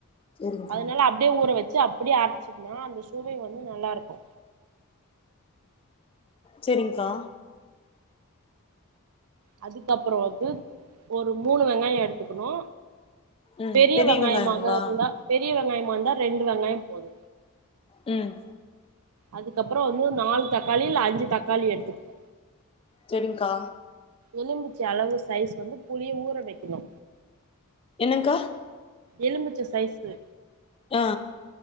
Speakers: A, on the left (about 25°); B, on the right (about 80°).
A: சேரிங்கக்கா
B: அதனால அப்டியே ஊற வச்சு அப்டியே அரைச்சிக்னு அந்த சுவை வந்து நல்லா இருக்கு
A: செரிங்க்கா
B: அதுக்கப்பறோ வந்து ஒரு மூணு வெங்காய எடுத்துக்கணு
A: ம்
B: பெரிய வெங்காயமாக
A: வெங்காயம்ங்களா
B: இருந்தா பெரிய வெங்காயமா இருந்தா ரெண்டு வெங்காய போது
A: ம்
B: அதுக்கப்பறோ வந்து நாலு தக்காளி இல்ல அஞ்சு தக்காளி எடுத்துக்குனு
A: செரி்ங்கா
B: எலும்பிச்ச அளவு சைஸ் வந்து புளிய ஊற வக்கணு
A: என்னங்க்கா
B: எலும்பிச்ச சைஸு
A: ஆ